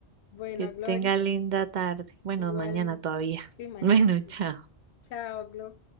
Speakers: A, on the left; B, on the right.
A: Bueno,
B: que
A: Glory,
B: tenga linda tarde. Bueno,
A: igual,
B: mañana todavía. <laughs>
A: sí, mañana.
B: Bueno, chao.
A: Chao, Glory.